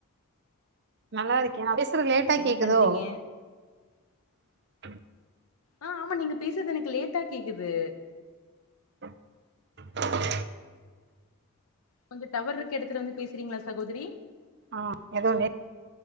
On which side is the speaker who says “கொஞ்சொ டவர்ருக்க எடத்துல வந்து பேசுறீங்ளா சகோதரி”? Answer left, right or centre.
Left